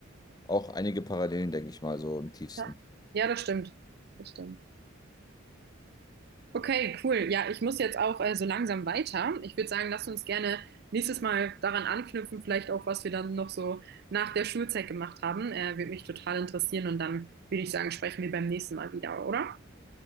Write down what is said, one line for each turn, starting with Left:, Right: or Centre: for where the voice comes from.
Left: auch einige Parallelen, denke ich mal, so im tiefsten.
Right: Ja, Ja, das stimmt. Das stimmt. Okay, cool. Ja, ich muss jetzt auch äh, so langsam weiter. Ich würde sagen, lass uns gerne nächstes Mal daran anknüpfen, vielleicht auch, was wir dann noch so nach der Schulzeit gemacht haben. Äh, würde mich total interessieren und dann würde ich sagen, sprechen wir beim nächsten Mal wieder, oder?